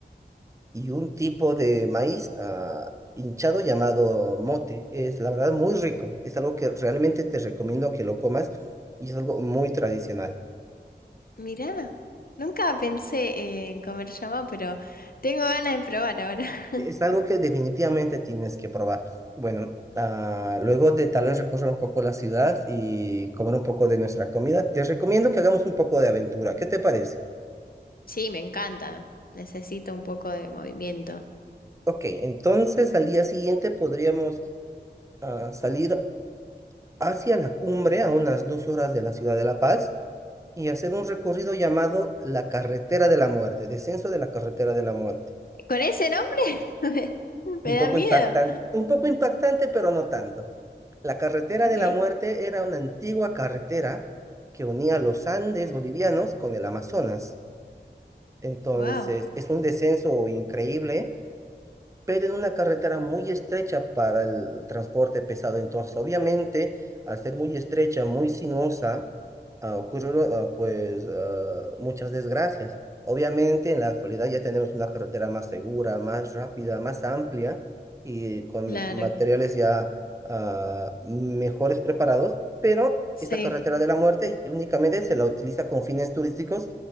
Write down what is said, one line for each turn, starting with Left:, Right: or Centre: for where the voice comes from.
Right: y un tipo de maíz ah, hinchado llamado mote. Es la verdad muy rico. Es algo que realmente te recomiendo que lo comas y es algo muy tradicional.
Left: Mirá, nunca pensé en comer llama, pero tengo ganas de probar ahora. <laughs>
Right: Es algo que definitivamente tienes que probar. Bueno, ah, luego de tal vez recorrer un poco la ciudad y comer un poco de nuestra comida, te recomiendo que hagamos un poco de aventura. ¿Qué te parece?
Left: Sí, me encanta. Necesito un poco de movimiento.
Right: Ok, entonces al día siguiente podríamos ah, salir hacia la cumbre a unas dos horas de la ciudad de La Paz y hacer un recorrido llamado La Carretera de la Muerte, descenso de la Carretera de la Muerte.
Left: ¿Con ese nombre? <laughs> Me, me
Right: Un
Left: da
Right: poco
Left: miedo.
Right: impactante, un poco impactante, pero no tanto. La Carretera
Left: Ok,
Right: de la Muerte era una antigua carretera que unía los Andes bolivianos con el Amazonas. Entonces,
Left: wow,
Right: es un descenso increíble, pero en una carretera muy estrecha para el transporte pesado. Entonces, obviamente, al ser muy estrecha, muy sinuosa, ah, ocurrieron ah, pues ah, muchas desgracias. Obviamente en la actualidad ya tenemos una carretera más segura, más rápida, más amplia y con
Left: claro.
Right: materiales ya ah, mejores preparados, pero
Left: Sí.
Right: esta carretera de la muerte únicamente se la utiliza con fines turísticos